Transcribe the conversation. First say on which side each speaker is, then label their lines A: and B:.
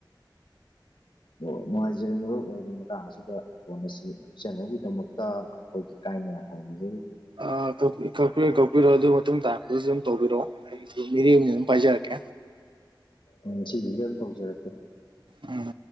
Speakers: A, on the left; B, on the right.
A: ꯑꯣ ꯅꯨꯡꯉꯥꯏꯖꯔꯦ ꯃꯔꯨꯞ ꯑꯗꯨꯗꯤ ꯃꯇꯥꯡ ꯑꯁꯤꯗ ꯐꯣꯟ ꯑꯁꯤ ꯀꯛꯆꯅꯕꯒꯤꯗꯃꯛꯇ ꯑꯩꯈꯣꯏꯒꯤ ꯀꯥꯏꯅ ꯌꯥꯊꯪ ꯅꯤꯖꯔꯤ
B: ꯑ ꯀꯛ ꯀꯛꯄꯤꯔꯣ ꯀꯛꯄꯤꯔꯣ ꯑꯗꯨ ꯃꯇꯨꯡ ꯇꯥꯔꯛꯄꯗꯖꯨ ꯑꯗꯨꯝ ꯇꯧꯕꯤꯔꯛꯑꯣ ꯑꯩꯁꯨ ꯃꯤꯔꯦꯝꯅꯤꯅ ꯑꯗꯨꯝ ꯄꯥꯏꯖꯔꯛꯀꯦ
A: ꯎꯝ ꯁꯤꯖꯤꯗ ꯑꯗꯨꯝ ꯇꯧꯖꯔꯛꯀꯦ
B: ꯎꯝ